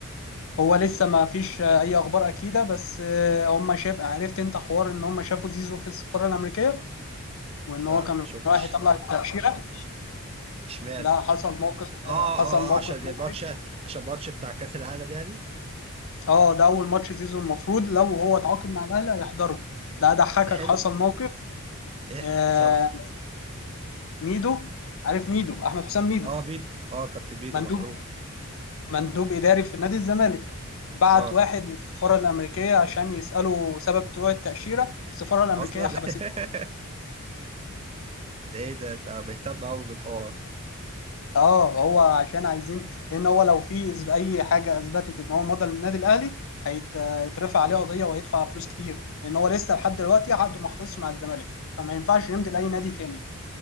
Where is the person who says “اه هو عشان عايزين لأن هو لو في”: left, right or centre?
Left